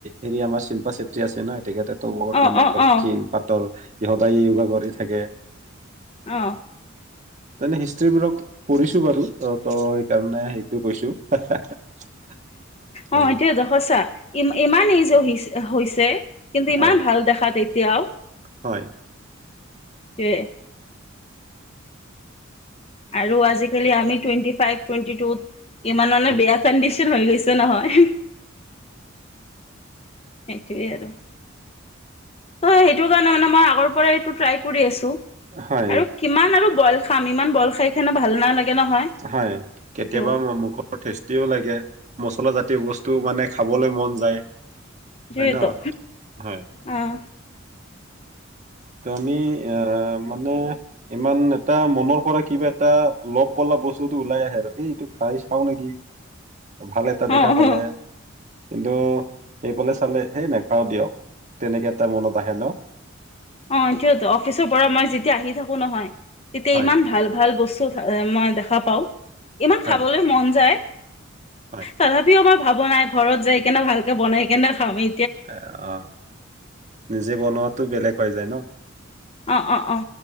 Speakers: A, on the right; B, on the left.
A: হেৰি আমাৰ শিল্পা চেত্ৰী আছে নয় তেখেতে ত বহুত
B: অ
A: মানে
B: অ
A: একদম
B: অ
A: ক্ষীণ পাতল ই, সদায়ে য়গা কৰি থাকে।
B: অহ।
A: তেনে হিষ্ট্ৰ্ৰীবোৰক পঢ়িছো বাৰু। আ, ত' সেইকাৰণে সেইটো কৈছো। <unintelligible> হয়
B: অ এইটোৱে জহস্যা! ইম ইমান এইজৰ হৈছে কিন্তু ইমান
A: হয়
B: ভাল দেখাত। এতিয়াও।
A: হয়।
B: কয় আৰু আজিকালি আমি টুৱেণ্টি ফাইভ টুৱেণ্টি টুত ইমানে
A: হয়
B: বেয়া কি হৈ গৈছে যে নহয়। সেইটোৱেই আৰু আৰু। চ সেইটো কাৰণে মানে মই আগৰ পৰাই এইটো ট্ৰাই কৰি আছো।
A: হয়
B: আৰু কিমান আৰু <unintelligible> ভাল নালাগে নহয়
A: হয় কেতিয়াবা
B: এইটো
A: মুখৰ টেষ্টিও লাগে মছলা জাতীয় বস্তুও মানে খাবলৈ মন যায়।
B: জিটো
A: হয় ন হয়
B: আহ
A: ত আমি এ মানে ইমান এটা মনৰ পৰা কিবা এটা ল পলা বস্তুটো ওলাই আহে আৰু এই এইটো খাই চাও নেকি! ভালেটা দেখা
B: অ
A: পালে
B: অ
A: কিন্তু এইফালে চালে সেই নেখাও দিয়ক তেনেকে এটা মনত আহে ন!
B: অ এইটোৱে ত অফিচৰ পৰা মই যেতিয়া আহি থাকো নহয় তেতিয়া
A: হয়
B: ইমান ভাল ভাল বস্ তো মই দেখা পাও। ইমান
A: হয়
B: খাবলৈ মন যায়।
A: হয়
B: তথাপিও আমাৰ ভাব বনাই ঘৰত যাই কিনে ভালকে বনাই কেনে খামি
A: এ অ নিজে বনোৱাাতটো বেলেগ হৈ যায় ন!
B: অ অ অ।